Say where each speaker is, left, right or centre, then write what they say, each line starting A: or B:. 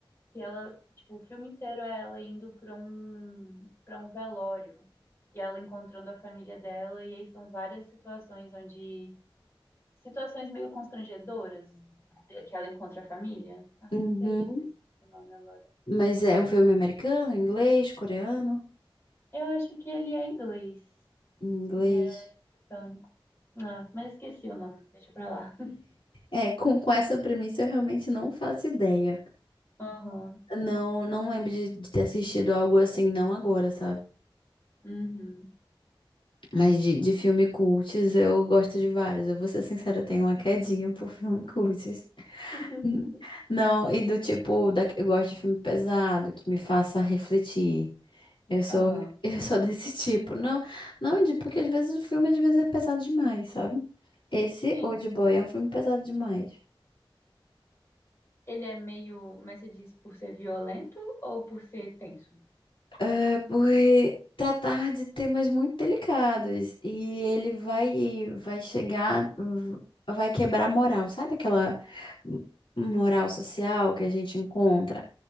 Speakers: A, on the left; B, on the left.
A: que ela, tipo, o filme inteiro é ela indo para um, para um velório e ela encontrando a família dela, e aí são várias situações onde, situações meio constrangedoras de- que ela encontra a família. Ai,
B: Uhum.
A: eu não acredito que eu esqueci o nome agora.
B: Mas é um filme americano, inglês, coreano?
A: Eu acho que ele é inglês,
B: Inglês.
A: ele é britânico. Ah, mas esqueci o nome, deixa pra lá.
B: É, com, com essa premissa eu realmente não faço ideia.
A: Aham,
B: Não, não lembro de, de ter assistido algo assim, não agora, sabe?
A: uhum,
B: Mas de, de filme cults eu gosto de vários. Eu vou ser sincera, eu tenho uma quedinha por filme cults.
A: <laughs>
B: Hum. Não, e do tipo, da, eu gosto de filme pesado, que me faça refletir. Eu sou,
A: aham.
B: <laughs> eu sou desse tipo. Não, não, de- porque às vezes o filme às vezes é pesado demais, sabe? Esse
A: Sim.
B: Old Boy é um filme pesado demais.
A: Ele é meio. Mas você diz por ser violento ou por ser tenso?
B: É por tratar de temas muito delicados e ele vai vai chegar, v- vai quebrar a moral, sabe aquela m- moral social que a gente encontra?